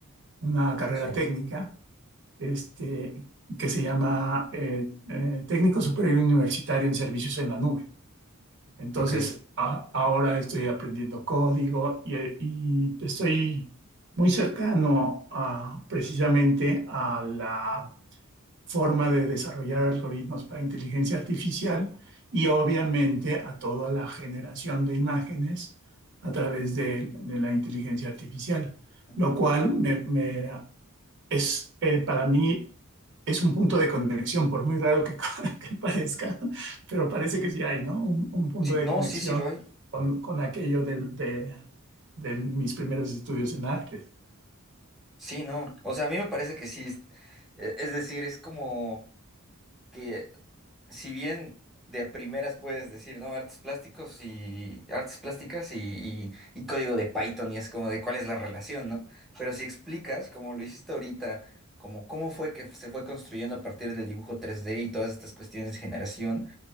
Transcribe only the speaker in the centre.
sí,
ok.
ujú.
Sí,
no,
sí, sí lo hay.
Sí, no. O sea, a mí me parece que sí. Es e- es decir, es como que si bien de a primeras puedes decir, ¿no? Artes plásticos y artes plásticas y, y- y código de Python y es como de cuál es la relación, ¿no? Pero si explicas, como lo hiciste ahorita, como cómo fue que se fue construyendo a partir del dibujo tres d y todas estas cuestiones de generación